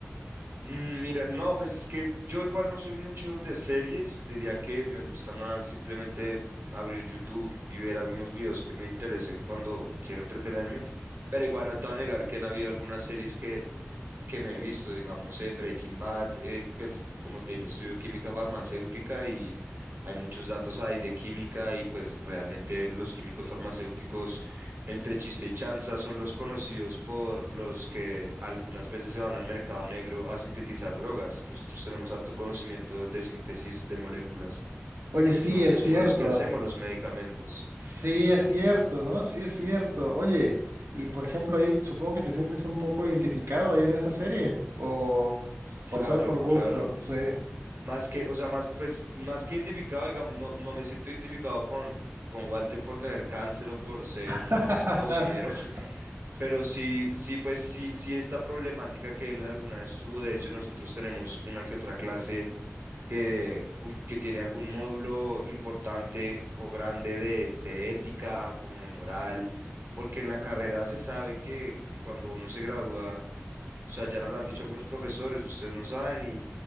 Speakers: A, on the right (about 55°); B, on the right (about 85°).
A: Mm, Mira, no, pues es que yo igual no soy mucho de series, diría que me gusta más simplemente abrir YouTube y ver algunos videos que me interesen cuando quiero entretenerme, pero igual no te voy a negar que han habido algunas series que que me he visto, digamos, eh, Breaking Bad, eh, pues como te dije, estudio química farmacéutica y hay muchos datos ahí de química y pues realmente los químicos farmacéuticos, entre chiste y chanza, son los conocidos por los que algunas veces se van al mercado negro a sintetizar drogas. Nosotros tenemos alto conocimiento de síntesis de moléculas
B: Oye, sí,
A: y nosotros
B: es
A: somos
B: cierto.
A: los que hacemos los medicamentos.
B: Sí, es cierto, ¿no? Sí, es cierto. Oye, y
A: Eh,
B: por ejemplo ahí supongo que te sientes un poco identificado ahí en esa serie o, o
A: Claro,
B: solo por gusto,
A: claro.
B: sí.
A: Más que, o sea, más, pues, más que identificado, digamos, no, no me siento identificado con, con Walter por tener cáncer o por ser
B: <laughs>
A: un cocinero, <laughs> pero sí, sí, pues, sí, sí, esta problemática que él alguna vez tuvo, de hecho, nosotros tenemos una que otra clase que, cu- que tiene algún módulo importante o grande de, de ética, como de moral, porque en la carrera se sabe que, que cuando uno se gradúa, o sea, ya nos lo han dicho algunos profesores, ustedes no saben y